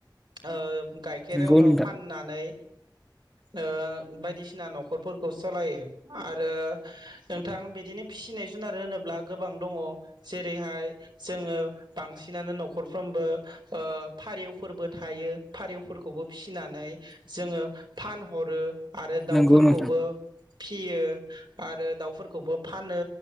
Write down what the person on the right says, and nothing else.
ओ गाइखेरोवनो
फाननानै ओ बायदिसिना न'खरफोर खौ सालायो आरो नोंथां बिदिनो फिसिनाय जुनार होनोब्ला गोबां दङ जेरैहाय जोङो बांसिन बिदिनानो न'खरफ्रोमबो ओ फारिउफोरबो थायो फारिउफोरखौबो फिनानै जोङो फानहरो आरो दाउफोरखौबो
फि फियो आरो दाउफोरखौबो फानो